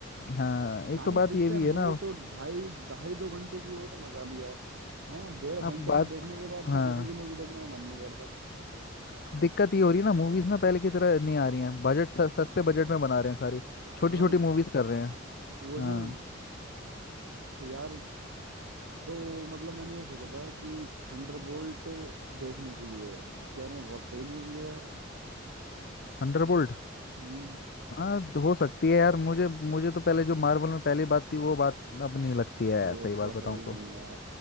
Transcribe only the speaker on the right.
साइंस
फिक्शन
हो
तो ढाई ढाई दो घंटे की हो तो मजा भी आए है ना। डेढ़
घंटे
में देखने के बाद
फिर दूसरी की मूवी देखने का मन नहीं करता
हाँ
वही
तो यार तो मतलब मैंने ये सोचा था कि थंडरबोल्ट देखने के लिए कह रहे हैं बहुत सही मूवी है यार
हम्म
वो
तो
है ही
नहीं यार